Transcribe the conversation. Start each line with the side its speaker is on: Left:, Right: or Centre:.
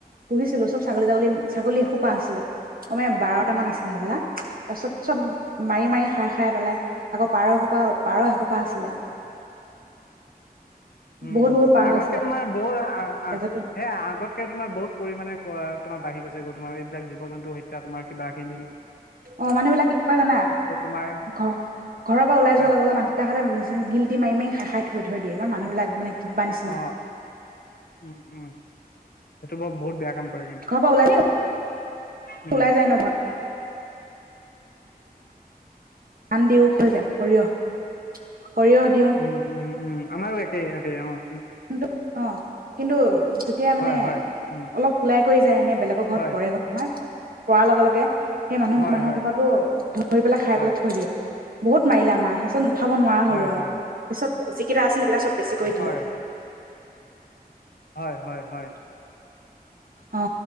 Right: পুহিছিলো চব ছাগলী ছাগলী ছাগলী এসোপা আছিলে কমে বাৰটা মান আছিলে হ'বলা তাৰপিছত চব মাৰি মাৰি খাই খাই পেলাই আকৌ পাৰ এসোপা পাৰ এসোপা আছিলে
Left: উম
Right: বহুত বহুত পাৰ
Left: আগতকে
Right: আছিলে
Left: তোমাৰ ব হৌৰা আ আ
Right: যত
Left: সে আগতকে তোমাৰ বহুত পৰিমাণে কোৱা তোমাৰ বাহি গৈছে গ তোমাৰ এইবিলাক জীৱ জন্তুৰ হত্যা তোমাৰ কিবা খিনি
Right: অ মানুহ বিলাক কি কয় জানা
Left: তোমাৰ
Right: ঘৰ ঘৰৰ পৰা ওলাই
Left: কোৱা
Right: যোৱাৰ লগে মানুহ বিলাকহতে নিজে গিলটি মাৰি মাৰি খাই খাই থৈ থৈ দিয়ে ইমান মানুহ বিলাক মানে কিবা নিচিনা
Left: অ', অ', উম উম সেইটো বৰ বহুত বেয়া কাম কৰে কিন্তু
Right: ঘৰ পৰা ওলাই
Left: উম,
Right: ওলাই যায় ন ঘৰত ধান দিও হৈ যায় সৰিয়হ সৰিয়হ দিওঁ
Left: উম উম উম আমাৰো একেই একেই অ উম,
Right: কিন্তু অ কিন্তু- যেতিয়া মানে
Left: হয়, হয়, উম,
Right: অলপ ওলাই কৰি যায় এনে বেলেগৰ ঘৰত
Left: হয়,
Right: পৰেগ নহয় পৰা লগে লগে সেই মানুহ
Left: হয়,
Right: মানুহ
Left: হয়,
Right: ঘৰৰতটো ধৰি পেলাই খাই
Left: হয়,
Right: পেলাই থৈ দিয়ে বহুত মাৰিলা আমাহ লাচ ন পঠাব নোৱাৰা হ'লো
Left: হয়,
Right: আৰু
Left: হয়,
Right: পিছত যিকেইা আছিলে এইেকেটা চব বেছি কৰি দিলো
Left: হয়, হয়, <unintelligible>
Right: অ